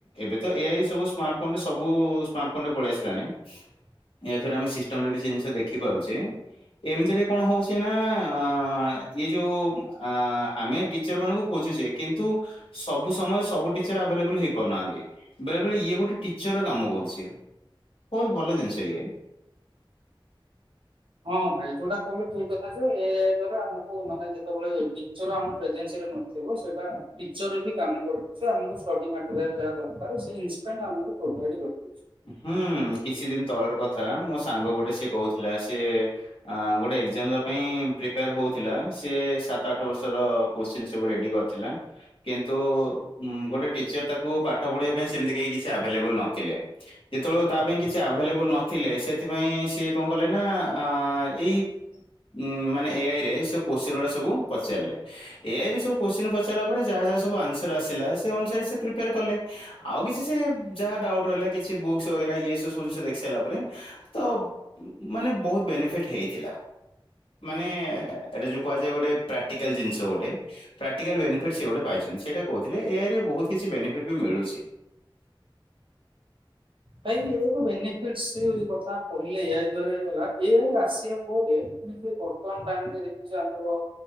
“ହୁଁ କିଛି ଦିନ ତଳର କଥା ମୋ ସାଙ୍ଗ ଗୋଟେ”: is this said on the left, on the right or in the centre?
Left